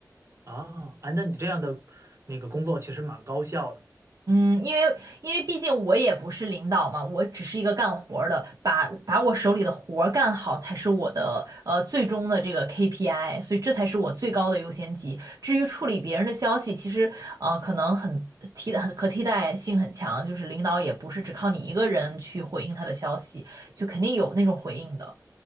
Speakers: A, on the right; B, on the right.
A: 啊。啊，那你这样的那个工作其实蛮高效的。
B: 嗯，因为因为毕竟我也不是领导嘛，我只是一个干活儿的，把把我手里的活儿干好才是我的呃最终的这个 KPI，所以这才是我最高的优先级。至于处理别人的消息，其实呃可能很替代很可替代性很强，就是领导也不是只靠你一个人去回应他的消息，就肯定有那种回应的。